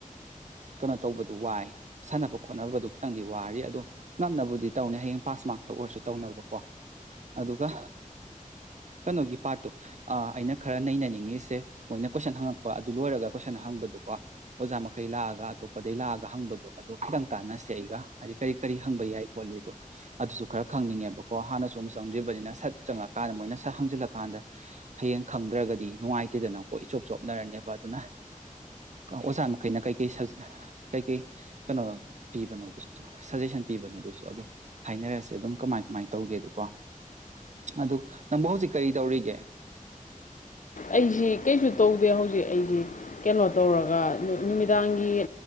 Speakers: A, on the right; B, on the left.
A: ꯀꯩꯅꯣ ꯇꯧꯕꯗꯨꯣ ꯋꯥꯏ ꯁꯥꯟꯅꯕ ꯈꯣꯠꯅꯕꯗ ꯈꯤꯇꯪꯗꯤ ꯋꯥꯔꯤ ꯑꯗꯣ ꯉꯝꯅꯕꯨꯗꯤ ꯇꯧꯅꯤ ꯍꯌꯦꯡ ꯄꯥꯁ ꯃꯥꯔꯛꯇ ꯑꯣꯏꯔꯁꯨ ꯇꯧꯅꯕꯀꯣ ꯑꯗꯨꯒ ꯀꯩꯅꯣꯒꯤ ꯄꯥꯔꯠꯇꯣ ꯑꯩꯅ ꯈꯔ ꯅꯩꯅꯅꯤꯡꯉꯤꯁꯦ ꯃꯣꯏꯅ ꯀꯣꯏꯁꯟ ꯍꯪꯉꯛꯄ ꯑꯗꯨ ꯂꯣꯏꯔꯒ ꯀꯣꯏꯁꯟ ꯍꯪꯕꯗꯨꯀꯣ ꯑꯣꯖꯥ ꯃꯈꯩ ꯂꯥꯛꯑꯒ ꯑꯇꯣꯞꯄꯗꯩ ꯂꯥꯛꯑꯒ ꯍꯪꯕꯗꯣ ꯑꯗꯣ ꯈꯤꯇꯪ ꯇꯥꯟꯅꯁꯦ ꯑꯩꯒ ꯍꯥꯏꯗꯤ ꯀꯔꯤ ꯀꯔꯤ ꯍꯪꯕ ꯌꯥꯏ ꯈꯣꯠꯂꯤꯗꯣ ꯑꯗꯨꯁꯨ ꯈꯔ ꯈꯪꯅꯤꯡꯉꯦꯕꯀꯣ ꯍꯥꯟꯅꯁꯨ ꯑꯃꯨꯛ ꯆꯪꯗ꯭ꯔꯤꯕꯅꯤꯅ ꯁꯠ ꯆꯪꯉꯀꯥꯟꯗ ꯃꯣꯏꯅ ꯁꯛ ꯍꯪꯖꯤꯜꯂꯀꯥꯟꯗ ꯍꯌꯦꯡ ꯈꯪꯗ꯭ꯔꯒꯗꯤ ꯅꯨꯡꯉꯥꯏꯇꯦꯗꯅꯀꯣ ꯏꯆꯣꯞ ꯆꯣꯞꯅꯔꯅꯦꯕ ꯑꯗꯨꯅ ꯑꯣꯖꯥ ꯃꯈꯩꯅ ꯀꯩꯀꯩꯖ ꯀꯩꯀꯩ ꯀꯩꯅꯣ ꯄꯤꯕꯅꯣꯗꯨꯁꯨ ꯁꯖꯦꯁꯟ ꯄꯤꯕꯅꯣꯗꯨꯁꯨ ꯑꯗꯨꯗꯣ ꯍꯥꯏꯅꯔꯁꯦ ꯑꯗꯨꯝ ꯀꯃꯥꯏ ꯀꯃꯥꯏꯅ ꯇꯧꯒꯦꯗꯨꯀꯣ ꯑꯗꯨ ꯅꯪꯕꯨ ꯍꯧꯖꯤꯛ ꯀꯔꯤ ꯇꯧꯔꯤꯒꯦ
B: ꯑꯩꯁꯤ ꯀꯩꯁꯨ ꯇꯧꯗꯦ ꯍꯧꯖꯤꯛ ꯑꯩꯁꯤ ꯀꯩꯅꯣ ꯇꯧꯔꯒ ꯅꯨꯃꯤꯗꯥꯡꯒꯤ